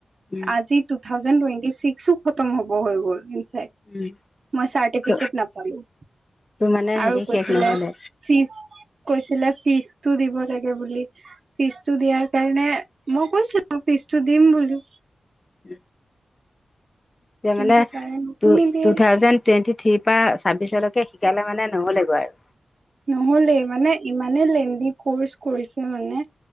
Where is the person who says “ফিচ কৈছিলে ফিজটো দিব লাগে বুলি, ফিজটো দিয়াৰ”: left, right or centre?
Right